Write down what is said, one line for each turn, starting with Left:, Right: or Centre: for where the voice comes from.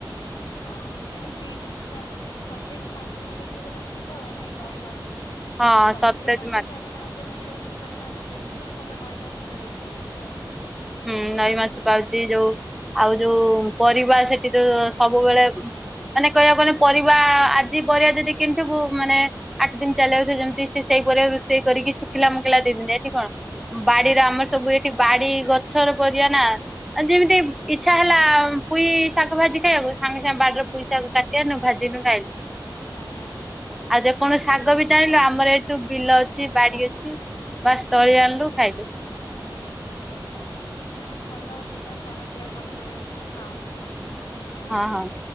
Left: ହଁ ମାନେ ସେଇଠୁ ସ ସତେଜ ମାଛ ମିଳୁଥିବ ତମକୁ ଆଉ ନାଇଁ ନଈ ମାଛ।
Centre: ହଁ
Left: ସମୁଦ୍ର
Centre: ସତେଜ
Left: ମାଛ ସାଧାରଣ ତ ମିଳେ ଦୋକାନମାନଙ୍କରେ ତମେ ଭଲ ନଈ ମାଛ ଖାଇବାକୁ ପାଉଥିବ ଆଉ।
Centre: ହୁଁ ନଈ ମାଛ ପାଉଛି ଯୋଉ ଆଉ ଯୋଉ ପରିବା ସେଠି ଯୋଉ ସବୁବେଳେ ମାନେ କହିବାକୁ ଗନେ ପରିବା ଆଜି ପରିବା ଯଦି କିଣିଥିବୁ ମାନେ ଆଠ ଦିନ ଚାଲି ଯାଉଛି ଯେମିତି ସେ ସେଇ ପରିବା ରୁଷେଇ କରିକି ଶୁକିଲା ମୁକିଲା ଦେଇଦିଅନ୍ତି ଏଠି କଣ? ବାଡିରେ ଆମର
Left: ହୁଁ
Centre: ସବୁ ଏଠି ବାଡି ଗଛର ପରିବା ନା! ଆଉ ଯେମିତି
Left: ହୁଁ
Centre: ଇଚ୍ଛା ହେଲା ପୁଇ ଶାଗ ଭାଜି ଖାଇବାକୁ ସାଙ୍ଗେ ସାଙ୍ଗେ ବାଡିରୁ ପୁଇ ଶାଗ କାଟିନୁ ଭାଜିନୁ ଖାଇଲୁ।
Left: ହଁ। ହୁଁ ହୁଁ।
Centre: ଆଉ ଯେକୌଣସି ଶାଗ
Left: ସେଇଟା
Centre: ବି ଚାହିଁଲୁ ଆମର ଏ ସବୁ ବିଲ ଅଛି ବାଡି ଅଛି ବାସ୍ ତୋଳି ଆଣିଲୁ ଖାଇଲୁ।
Left: ଉଁ ହୁଁ। ମାନେ ଭଲ ବିନା ସାର ଦିଆ ପନିପରିବା ବି ତମେ ପାଉ। ହଁ ନାଇଁ
Centre: ହଁ ହଁ